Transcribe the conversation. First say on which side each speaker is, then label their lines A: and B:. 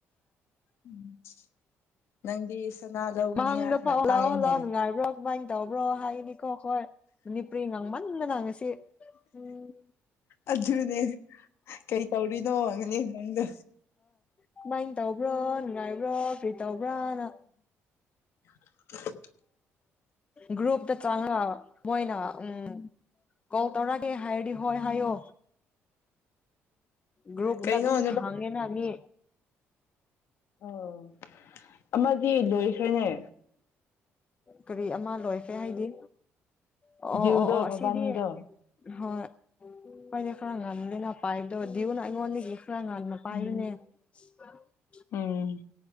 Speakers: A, on the left; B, on the left.
A: <unintelligible> ꯁꯅꯥ ꯂꯧꯒꯅꯤ
B: ꯃꯥꯡꯗ ꯄꯥꯎ
A: ꯇꯥꯏꯅꯦ
B: ꯂꯥꯎ ꯍꯂꯥꯎꯑꯣ ꯅꯨꯡꯉꯥꯏꯕ꯭ꯔꯣ ꯀꯃꯥꯏꯅ ꯇꯧꯕ꯭ꯔꯣ ꯍꯥꯏꯅꯤꯀꯣ ꯍꯣꯏ ꯃꯅꯤꯄꯨꯔꯤ ꯉꯥꯡꯃꯟꯅ ꯅꯥꯡꯃꯟꯗꯅ ꯁꯤ ꯎꯝ
A: ꯑꯗꯨꯅꯦ ꯀꯩ ꯇꯧꯔꯤꯅꯣ ꯍꯪꯒꯅꯤ ꯅꯪꯗꯣ
B: ꯁꯨꯃꯥꯏꯅ ꯇꯧꯕ꯭ꯔꯣ ꯅꯨꯡꯉꯥꯏꯕ꯭ꯔꯣ ꯀꯔꯤ ꯇꯧꯕ꯭ꯔꯥꯅ <unintelligible>
A: <unintelligible>
B: ꯒ꯭ꯔꯨꯄꯗ ꯆꯪꯉꯛ ꯑꯣ ꯃꯣꯏꯅ ꯎꯝ ꯀꯣꯜ ꯇꯧꯔꯛꯑꯒꯦ ꯍꯥꯏꯔꯗꯤ ꯍꯣꯏ ꯍꯥꯏꯌꯣ ꯒ꯭ꯔꯨꯞꯨꯞꯅ
A: ꯀꯩꯅꯣ
B: ꯑꯗꯨꯝ ꯊꯥꯏꯅ ꯃꯤ
A: ꯑꯣ ꯑꯥꯃꯗꯤ ꯂꯣꯏ ꯈꯔꯦꯅꯦ
B: ꯀꯔꯤ ꯑꯃ ꯂꯣꯏꯈ꯭ꯔꯦ ꯍꯥꯏꯗꯤ ꯑꯣ
A: ꯗꯤꯌꯨꯗꯣ
B: ꯑꯣ ꯑꯣ ꯑꯣ ꯑꯁꯤꯗꯤ
A: ꯃꯕꯥꯅꯤꯗꯣ
B: ꯍꯣꯏ ꯀꯣꯏꯅꯦ ꯈꯔ ꯉꯝꯗꯦꯅ ꯄꯥꯏꯞꯗꯗꯤꯌꯅ ꯑꯩꯉꯣꯟꯅꯤ ꯈꯔ ꯉꯟꯅ ꯄꯤꯏꯕꯅꯦ
A: ꯎꯝ
B: <unintelligible>
A: ꯎꯝ